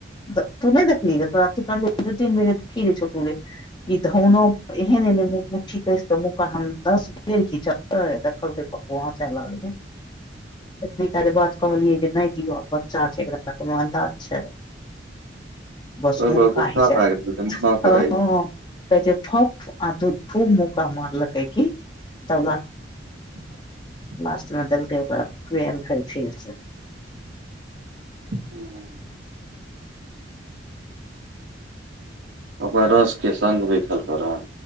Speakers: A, on the left; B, on the right.
A: तू नहि देखली रहै तो आति क दू तीन बजे देखी रहै छो पूे ई धौनो पर एहन ए मुठी क मुह क हम द र देखल चै एतनी तारे बात कहलियै जे नहि जिय बच्चा छैरामानदार अच्छा बस
B: ओहि
A: मुख
B: पर गुस्सा
A: कह छै।
B: भए गेल जे मना करे
A: क फ अध भू मुका मारल कै की त
B: <inaudible>
A: लासटमे दलके ओकरा खै छीिय
B: हू ओककर रस के सग भी खलको रह